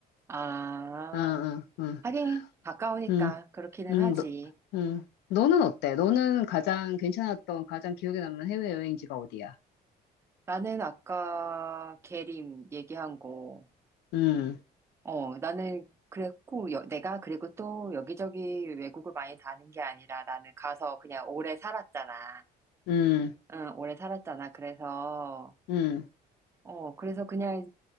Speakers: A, on the right; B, on the left.
A: 아,
B: 응, 응, 응,
A: 하긴 가까우니까
B: 응,
A: 그렇기는
B: 응,
A: 하지.
B: 너, 응. 너는 어때? 너는 가장 괜찮았던, 가장 기억에 남는 해외여행지가 어디야?
A: 나는 아까 계림 얘기한 거,
B: 음
A: 어, 나는 그랬고, 여- 내가 그리고 또 여기저기 외국을 많이 다닌 게 아니라 나는 가서 그냥 오래 살았잖아.
B: 음
A: 응, 오래 살았잖아. 그래서,
B: 음
A: 어, 그래서 그냥